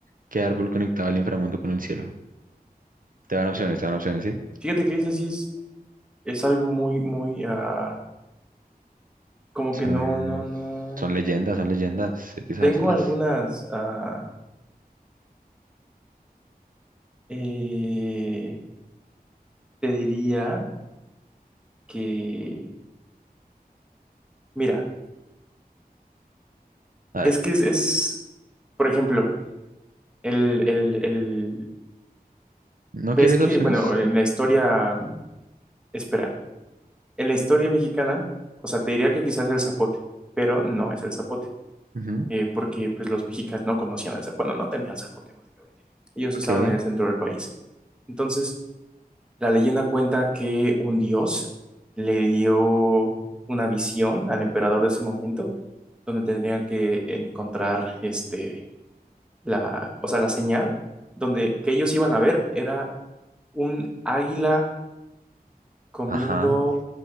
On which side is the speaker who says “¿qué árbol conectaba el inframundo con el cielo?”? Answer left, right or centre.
Right